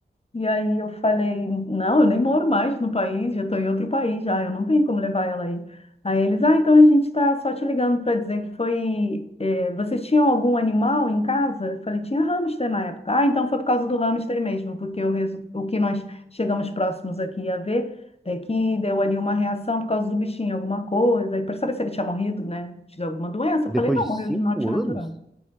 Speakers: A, on the left (about 35°); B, in the centre.
A: E aí eu falei, não, eu nem moro mais no país, já estou em outro país já, eu não tenho como levar ela aí. Aí eles, ah, então a gente está só te ligando para dizer que foi. eh, vocês tinham algum animal em casa? Eu falei, tinha hamster na época. Ah, então foi por causa do hamster mesmo, porque o, resu- o que nós chegamos próximos aqui a ver é que deu ali uma reação por causa do bichinho, alguma coisa, e para saber se ele tinha morrido, né, de alguma doença. Eu
B: depois
A: falei, não,
B: de
A: morreu
B: cinco
A: de norte natural.
B: anos?